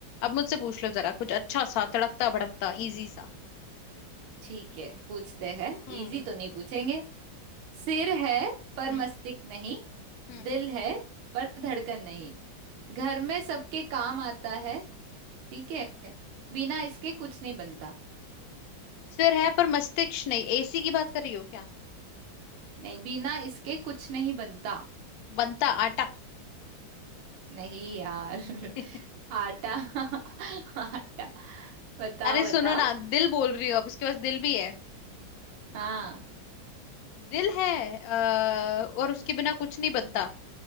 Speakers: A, on the left (about 75°); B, on the right (about 85°).
A: अब मुझसे पूछ लो जरा कुछ अच्छा सा तड़कता भड़कता इजी सा
B: ठीक है पूछते हैं
A: हम्म
B: इजी तो नहीं पूछेंगे सिर है पर
A: हम्म
B: मस्तिष्क नहीं
A: हम्म
B: दिल है पर धड़कन नहीं घर में सबके काम आता है ठीक है बिना इसके कुछ नहीं बनता
A: सिर है पर मस्तिष्क नहीं एसी की बात कर रही हो क्या
B: नहीं बिना इसके कुछ नहीं बनता
A: बनता आटा
B: नहीं यार <laughs>
A: <laughs>
B: आटा <laughs> आटा बताओ
A: अरे
B: बताओ
A: सुनो ना दिल बोल रही हो अब इसके पास दिल भी है
B: हाँ
A: दिल है आ, और उसके बिना कुछ नहीं बनता